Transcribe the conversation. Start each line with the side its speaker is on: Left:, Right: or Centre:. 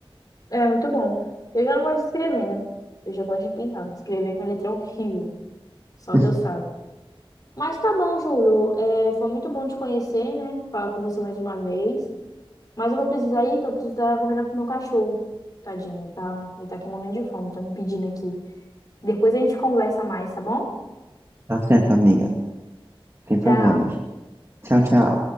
Left: É muito bom. Eu já não gosto de escrever, né? Eu já gosto de pintar. Escrever minha letra é horrível. Só
Right: <laughs>
Left: Deus sabe. Mas tá bom, Júlio. É, foi muito bom te conhecer, né? Falar com você mais uma vez. Mas eu vou precisar ir, que eu preciso estar comendo com o meu cachorro. Tadinho, ele tá, ele tá aqui morrendo de fome, tá me pedindo aqui. Depois a gente conversa mais, tá bom?
Right: Tá certo, amiga. Sem
Left: Tchau.
Right: problemas. Tchau, tchau.